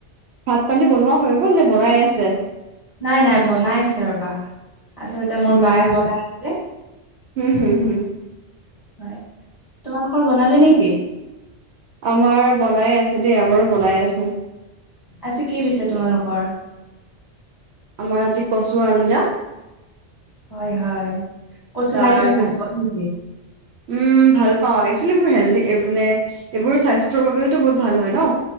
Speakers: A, on the right; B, on the left.
A: ভাত-পানী বনোৱা হৈ গ'ল নে বনাই আছে?
B: নাই নাই বনাই আছে ৰবা, আচলতে মোৰ
A: উম,
B: বায়ে বনাই আছে।
A: হুম হুম হুম।
B: হয়, তোমালোকৰ বনালে নেকি?
A: আমাৰ বনাই আছে দেই আমাৰো বনাই আছে।
B: আজি কি পিছে তোমালোকৰ?
A: আমাৰ আজি কচু আঞ্জা।
B: হয় হয়। কচু
A: তাৰ
B: খাই তুমি
A: পিছ,
B: ভাল পোৱা নেকি?
A: উমঁ' ভাল পাওঁ, একচুৱেলি এইবোৰ হেলডি মানে এইবোৰ স্বাস্থ্যৰ বাবেওতো বহুত ভাল হয় ন'।